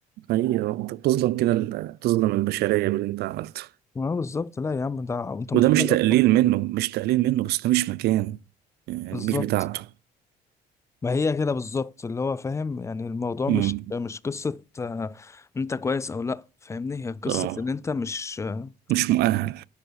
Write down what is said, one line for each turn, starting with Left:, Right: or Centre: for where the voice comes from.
Right: حقيقة انت بتظلم كده ال- بتظلم البشرية باللي انت عملته
Left: ما هو بالظبط لا يا عم ده انت متخيل
Right: وده مش تقليل
Left: اصلا
Right: منه مش تقليل منه بس ده مش مكانه يعني
Left: بالظبط
Right: مش بتاعته
Left: ما هي كده بالظبط اللي هو فاهم يعني الموضوع
Right: مم.
Left: مش مش قصة آه، انت كويس او لا فاهمني هي قصة
Right: اه
Left: ان انت مش آه،
Right: مش مؤهل